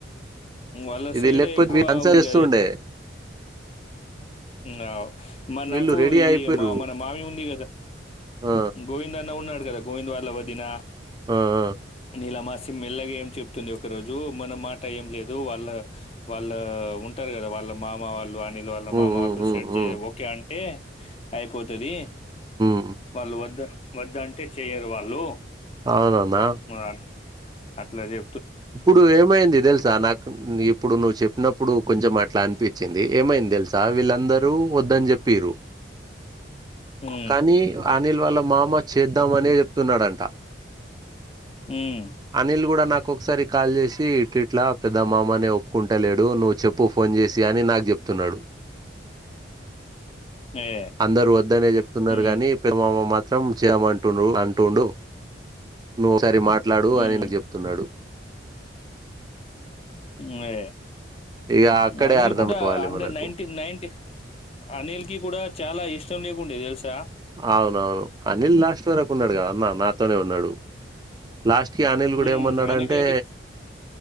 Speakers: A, on the left; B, on the right.
A: వాళ్ళ
B: ఇది
A: సైడే
B: లేకపోతే
A: ఎక్కువ
B: వ అన్సారి
A: ఉంది
B: ఇస్తూ ఉండే
A: ఉమ్ అవు మా నాకు
B: వీళ్ళు రెడీ
A: ఇది
B: అయిపోయిరు
A: మా మన మామి ఉంది కదా
B: ఆ
A: గోవింద్ అన్న ఉన్నాడు కదా గోవిందవార్లవదిన
B: ఆ ఆ
A: ఇలా మా సిమ్ ఇల్లాగ ఏం చెప్తుంది ఒక రోజు మన మాట ఏం లేదు వాళ్ళ వాళ్ళ ఉంటారు కదా వాళ్ళ మామ వాళ్ళు అనిల వాళ్ళ
B: ఉమ్
A: మామ
B: ఉమ్
A: వాళ్ళలు
B: ఉమ్
A: సెట్ చే
B: ఉమ్
A: ఓకే అంటే అయిపోతది
B: ఉమ్.
A: వాళ్ళు వద్దు వద్దంటే చెయ్యరు వాళ్ళు
B: అవునమ్మా
A: ఆ, అట్లా చే
B: ఇప్పుడు ఏమైంది తెలుసా నాకు ఇప్పుడు నువ్వు చెప్ప ఉన్నప్పుడు కొంచెం అట్లా అనిపించింది ఏమైంది తెలుసా వీళ్ళ అందరూ వద్దని చెప్పరు
A: ఉమ్,
B: కానీ అనిల్ వాళ్ళ మామ చేద్దామనే చెప్తున్నాడంట
A: ఉమ్,
B: అనిల్ కూడా నాకు ఒక్కొక్కసారి కాల్ చేసి ఇట్టిట్ల పెద్ద మామ ఒప్పుకుంటాలేడు నువ్వు చెప్పు ఫోన్ చేసి అని నాకు చెప్తున్నాడు.
A: ఏ
B: అందరు వద్దనే చెప్తున్నారు
A: ఉమ్,
B: కాగాని పెరుమామ్మ మా ం చేయమంటుండు అంటుండు నువ్వు ఒకసారి మాట్లాడు
A: ఉమ్,
B: అనికు చెప్తున్నాడు
A: నువ్వే
B: ఇక అక్కడే
A: అనిల్
B: అర్థం
A: కూడా
B: అయిపోవాలి
A: హండ్రెడ్
B: మనకు
A: నైన్టీ నైన్టీ అనిల్ కి కూడా చాలా ఇష్టం <unintelligible> తెలుసా
B: అవునవును అనిల్ లాస్ట్ వరకు ఉన్నాడు కదా నా నాతోనే ఉన్నాడు. లాస్ట్ అనిల్ కూడా
A: ఉమ్,
B: ఏమన్నాడంటే
A: ఆయనకైతే